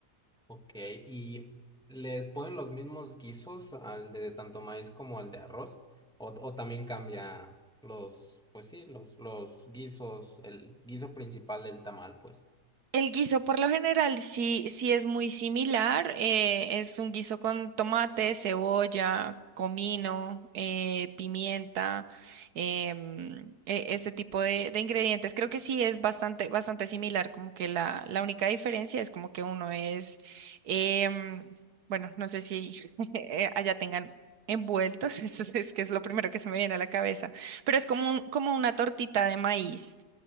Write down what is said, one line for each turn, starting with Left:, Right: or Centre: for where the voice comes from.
Centre: ok. ¿Y le ponen los mismos guisos al de tanto maíz como al de arroz? ¿O, o también cambia los, pues sí, los, los guisos, el guiso principal del tamal, pues?
Right: El guiso por lo general sí, sí es muy similar. eh, es un guiso con tomate, cebolla, comino, eh, pimienta, em, e- ese tipo de, de ingredientes. Creo que sí es bastante, bastante similar. Como que la, la única diferencia es como que uno es, em, bueno, no sé si <laughs> eh, allá tengan envueltos, <laughs> eso es, es que es lo primero que se me viene a la cabeza, pero es como un- como una tortita de maíz